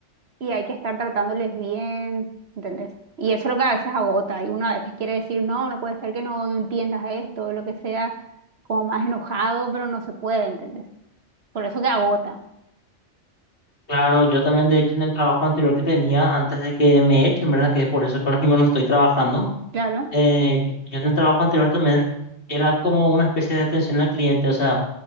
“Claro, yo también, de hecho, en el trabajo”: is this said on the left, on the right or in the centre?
Left